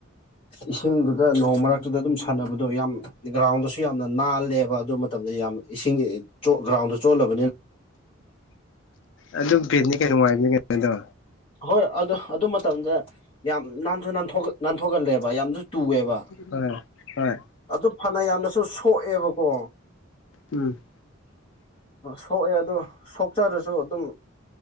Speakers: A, on the left; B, on the left.
A: ꯏꯁꯤꯡꯗꯨꯗ ꯅꯣꯡ ꯃꯔꯛꯇꯨꯗ ꯑꯗꯨꯝ ꯐꯅꯕꯗꯣ ꯌꯥꯝ ꯒ꯭ꯔꯥꯎꯟꯗꯁꯨ ꯌꯥꯝꯅ ꯅꯥꯜꯂꯦꯕ ꯑꯗꯨ ꯃꯇꯝꯗ ꯌꯥꯝ ꯏꯁꯤꯡ ꯒ꯭ꯔꯥꯎꯟꯗ ꯆꯣꯠꯂꯕ
B: ꯑꯗꯨ ꯠꯅꯤ ꯀꯩꯅꯣ ꯋꯥꯥꯏꯕꯅꯤ ꯀꯩꯅꯣꯗꯣ
A: ꯍꯣꯏ ꯑꯗꯨ ꯑꯗꯨ ꯃꯇꯝꯗ ꯌꯥꯝ ꯅꯥꯟꯁꯨ ꯅꯥꯟ ꯅꯥꯟꯊꯣꯛꯍꯜꯂꯦꯕ ꯌꯥꯝꯁꯨ ꯇꯨꯑꯦꯕ
B: ꯍꯣꯏ ꯍꯣꯏ
A: ꯑꯗꯨ ꯐꯅ ꯌꯥꯝꯅꯁꯨ ꯁꯣꯛꯑꯦꯕꯀꯣ
B: ꯎꯝ
A: ꯁꯣꯛꯑꯦ ꯑꯗꯨꯣ ꯁꯣꯛꯆꯔꯁꯨ ꯑꯗꯨꯝ